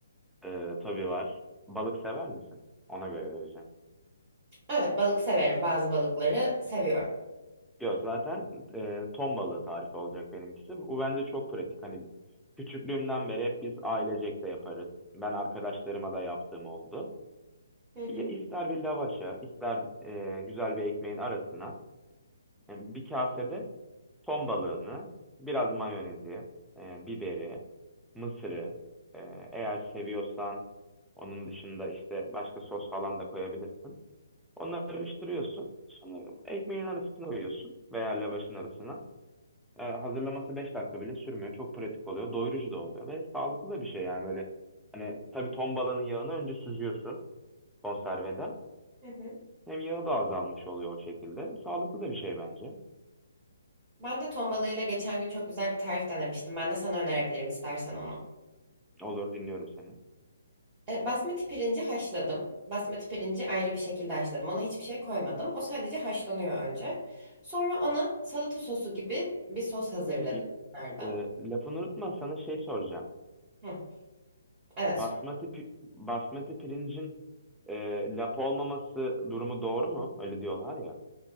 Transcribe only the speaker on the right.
Evet balık severim. Bazı balıkları seviyorum.
Hı hı.
Hı hı.
Ben de ton balığıyla geçen gün çok güzel bir tarif denemiştim. Ben de sana önerebilirim istersen onu.
E, basmati pirinci haşladım. Basmati pirinci ayrı bir şekilde haşladım. Ona hiçbir şey koymadım. O sadece haşlanıyor önce. Sonra ona salata sosu gibi bir sos hazırladım.
Nerede?
Hı, evet. so,